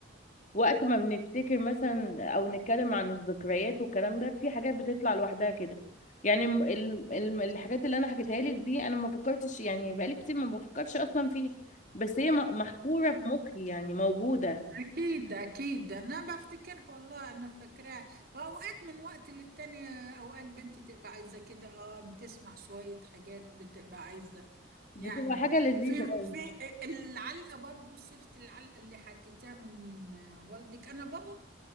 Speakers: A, on the left (about 40°); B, on the right (about 50°).
A: وقت ما بنفتكر مثلا او نتكلم عن الذكريات والكلام ده في حاجات بتطلع لوحدها كده يعني الم- ال- الم- الحاجات اللي انا حكيتها لك دي انا ما فكرتش يعني بقالي كتير ما بفكرش اصلا فيها بس هي م- محفورة في مخي يعني موجودة
B: أكيد أكيد أنا بفتكرها والله أنا فاكراها وأوقات من وقت للتاني أوقات بنتي تبقى عايزة كده أه إن تسمع شوية حاجات بتبقى عايزة
A: بتبقى
B: يعني
A: حاجة لذيذة
B: في في
A: أوي.
B: العلقة برضو سيرة العلقة اللي حكيتها من والدك أنا بابا